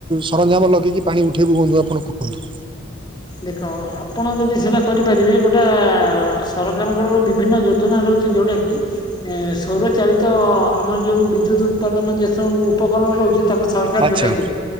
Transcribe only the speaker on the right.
ସରଞ୍ଜାମ ଲଗେଇକି ପାଣି ଉଠାଇବୁ ବନ୍ଧୁ ଆପଣ କୁହନ୍ତୁ।
ଆଚ୍ଛା